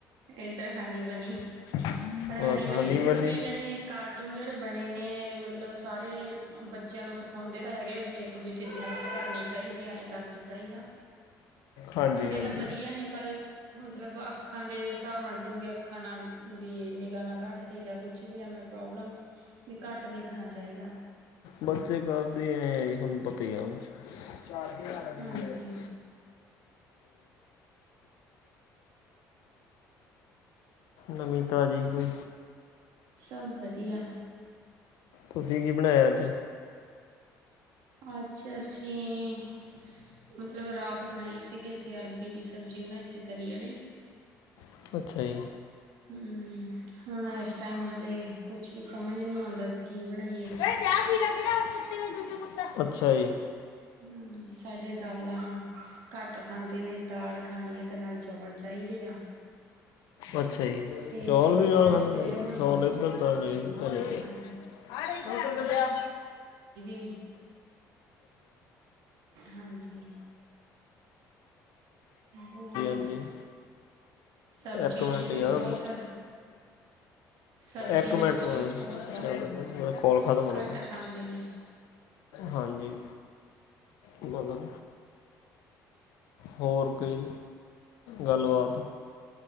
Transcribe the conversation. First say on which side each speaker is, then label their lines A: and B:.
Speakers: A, on the right (about 85°); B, on the left (about 75°).
A: ਏਧਰ ਹਨੀ-ਬਨੀ।
B: <unintelligible>
A: ਪਰ ਹਨੀ-ਬਨੀ
B: ਹਨੀ
A: ਦੇ ਵਿੱਚ
B: ਬਣੀ
A: ਵੀ ਜਾਣੀ ਕਾਰਟੂਨ, ਜਿਹੜੇ ਬਨੇ ਨੇ ਮਤਲਬ ਸਾਰੇ ਬੱਚਿਆਂ ਨੂੰ ਸਖਾ ਸਖਾਉਂਦੇ ਤਾਂ ਹੈਗੇ ਆ ਵੇਖ ਇੱਕ ਦੂਜੇ ਦੀ ਹੈਲਪ ਕਰਨੀ ਚਾਹੀਦੀ ਐ, ਏਅ ਕਰਨਾ ਚਾਹੀਦਾ,
B: ਹਾਂਜੀ
A: ਹੁੰਦੇ
B: ਹਾਂਜੀ
A: ਤਾਂ ਵਧੀਆ ਨੇ ਪਰ ਮਤਲਬ ਆਖਾ ਅੱਖਾਂ ਦੇ ਹਿਸਾਬ ਨਾਲ, ਜਿਵੇ ਵੀ ਅੱਖਾਂ ਨਾਲ ਵੀ ਨਿਗਾਹ ਨਾ ਘੱਟ ਜੇ, ਜਾਂ ਕੁਛ ਵੀ ਆਵੇ ਪ੍ਰੋਬਲਮ ਵੀ ਘੱਟ ਦੇਖਣਾ ਚਾਹੀਦਾ।
B: ਬੱਚੇ ਕਰਦੇ ਐ ਆ ਈ, ਹੁਣ ਪਤਾ ਈ ਆ ਨਾ। ਚਾਰਜ ਈ ਲਾ ਲੈ
A: ਹਾਂਜੀ
B: ਓਨੀ ਦੇਰ। <unintelligible> ਨਵੀ ਤਾਜ਼ੀ ਕੋਈ।
A: ਸਭ ਵਧੀਆ।
B: ਤੁਸੀਂ ਕੀ ਬਨਾਏਆ ਅੱਜ?
A: ਅੱਜ ਅਸੀਂ -ਮਤਲਬ ਰਾਤ ਬਨਾਈ ਸੀ। ਸੀ ਅਸੀਂ ਅਰਬੀ ਦੀ ਸਬਜ਼ੀ ਬਨਾਈ ਸੀ, ਤਰੀ ਆਲੀ।
B: ਅੱਛਾ ਜੀ
A: ਹੂੰ ਹੁਨ ਏਸ ਟਾਈਮ ਹਾਲੇ ਕੁਛ ਵੀ ਸਮਝ ਨੀ ਆਉਂਦਾ ਵੀ ਕੀ ਬਨਾਈਏ।
B: ਓਏ ਚਾਅ ਪੀ ਲਾ, ਕੇੜਾ ਓ ਕੁਤੀ ਦਾ ਜੁਜੂ ਕੁੱਤਾ ਆ, ਅੱਛਾ ਜੀ।
A: ਹੂੰ -ਸਾਡੇ ਦਾਲਾਂ। ਘੱਟ ਖਾਂਦੇ ਨੇ, ਦਾਲ ਖਾਣੀ ਆ ਤੇ ਨਾਲ ਚੌਲ ਚਾਹੀਦੇ ਆ।
B: ਅੱਛਾ ਜੀ
A: ਤੇ
B: ਚੌਲ
A: ਦੂਜੇ
B: ਵੀ ਨਾਲ
A: ਦਿਨ
B: ਖਾਂਦੇ
A: ਸਵੇਰ
B: ਸੀ, ਚੌਲ ਏਧਰ ਤਾ ਨਈ ਜੀ ਬਨੇ।
A: ਜੀ
B: ਅੱਛਾ
A: ਨੀ ਹਾਂਜੀ ਹੋਰ
B: ਜੀ। ਹਾਂਜੀ-ਹਾਂਜੀ।
A: ਸਬਜ਼ੀਆਂ
B: ਏਕ ਮੇਂਟ
A: ਚੋਂ ਵੀ
B: ਯਾਰ
A: ਬਹੁਤ
B: ਬਾ
A: ਸਬਜ਼ੀਆਂ
B: ਏਕ
A: ਦੇ
B: ਮੇਂਟ
A: ਵਿੱਚੋਂ
B: ਖਲੋ
A: ਵੀ
B: ਜੋ,
A: ਬਹੁਤ
B: ਚੱਲ ਕੋਲ ਖਤਮ ਹੋ ਲੈਨ
A: ਘੱਟ
B: ਦੇ।
A: ਖਾਂਦੇ ਨੇ
B: ਹਾਂਜੀ ਬੋਲੋ। ਹੋਰ ਕੋਈ ਗੱਲਬਾਤ?